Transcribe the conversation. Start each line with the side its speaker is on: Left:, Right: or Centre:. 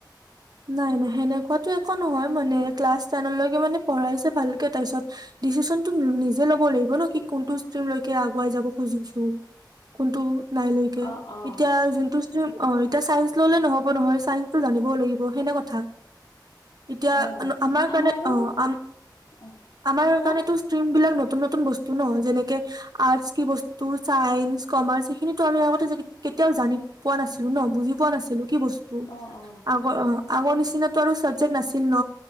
Right: নাই নাই সেনেকুৱাতো একো নহয় মানে ক্লাছ তেনৰলৈকে মানে পঢ়াইছে ভালকে তাৰপিছত ডিচিশনটো নিজে ল'ব লাগিব ন কি কোনটো ষ্ট্ৰীমলৈকে আগুৱাই যাব খুজিছো, কোনটো নাই লৈকে,
Left: অ অ
Right: এতিয়া জোনটো ষ্ট্ৰীম, অ', এতিয়া চাইন্স ললে নহ'ব নহয়। চাইন্সটো জানিবও লাগিব ব হেনে কথা। এতিয়া,
Left: হয় হয়
Right: আমাৰ কাৰণে,
Left: আমাৰো
Right: অ', আম,
Left: অ
Right: আমাৰ
Left: কোৱা।
Right: কাৰনেটো ষ্ট্ৰীম বিলাক নত নতুন নতুন বস্তু ন যেনেকে আৰ্টছ কি বস্তু? চায়েঞ্চ, কমাৰ্চ এইখিনিটো আমি আগতে যদি কেতিয়াও জানি পোৱা নাছিলো, ন বুজি পোৱা নাছিলো। কি বস্তু,
Left: অ অ
Right: আ অ, আগৰ নিছিনতো আৰু চাবজেক্ট নাছিল ন।